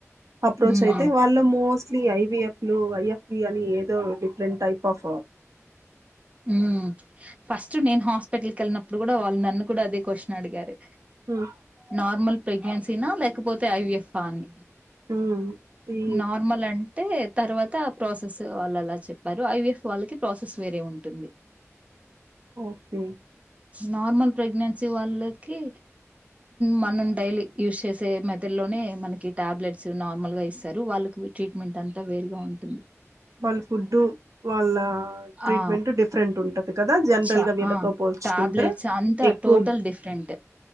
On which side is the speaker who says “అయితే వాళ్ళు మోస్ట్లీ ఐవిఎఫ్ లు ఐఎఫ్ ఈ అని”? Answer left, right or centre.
Right